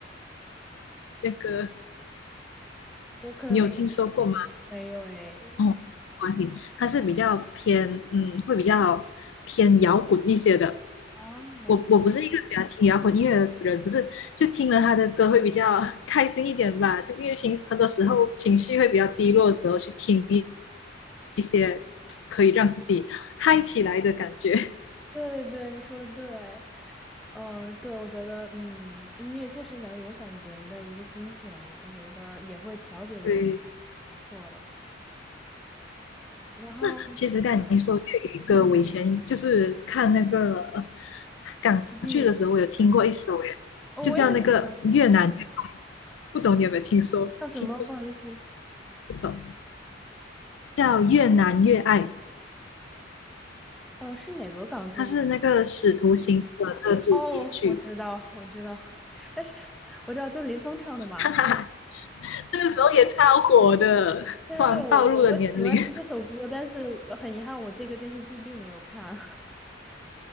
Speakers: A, on the left; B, in the centre.
A: 那个，
B: 我可能没
A: 你有听说过吗？
B: 没有哎。
A: 哦，没关系，他是比较偏嗯，会比较偏摇滚一些的。
B: 哦，
A: 我我不是一个喜欢听摇滚音乐的人，可是就听了他的歌会比较 <laughs> 开心一点吧。就因为平时很多时候情绪会比较低落的时候，去听一一些可以让自己 <laughs> 嗨起来的感觉。
B: 对对对，你说的对。嗯，对，我觉得，嗯，音乐确实能影响人的一个心情，我觉得也会调节一个人心情不错的。
A: 对，
B: 然后
A: 那其实刚才你说粤语歌，我以前就是看那个呃港剧的时候，
B: GB，
A: 我有听过一首耶，
B: 哦我也很喜欢，
A: 就叫那个越南越爱，不懂你有没有听说听过
B: 叫什么？不好意思，
A: 这首叫《越南越爱》，
B: 呃，是哪个港剧里？
A: 它是那个《使徒行者》的主题曲。
B: 哦，我知道，我知道，<laughs> 但是我知道就林峰唱的嘛。
A: <laughs> 那个时候也超火的，
B: 对对对，
A: 突然暴露了年龄。
B: 我我我喜欢听这首歌，但是很遗憾，我这个电视剧并没有看。